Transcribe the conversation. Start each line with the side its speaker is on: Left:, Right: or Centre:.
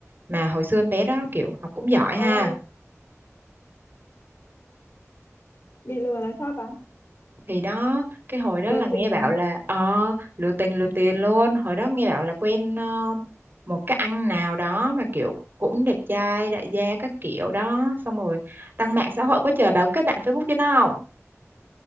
Right: Mà hồi xưa em bé đó kiểu học cũng giỏi
Left: trời ơi
Right: ha
Left: bị lừa là sao ta
Right: thì đó cái hồi đó
Left: lừa
Right: là nghe
Left: tình
Right: bảo là ờ lừa tình lừa tiền luôn hồi đó nghe bảo là quen ờ, một cái anh nào đó mà kiểu cũng đẹp trai đại gia các kiểu đó xong rồi đăng mạng xã hội quá trời bảo kết bạn Facebook cho nó không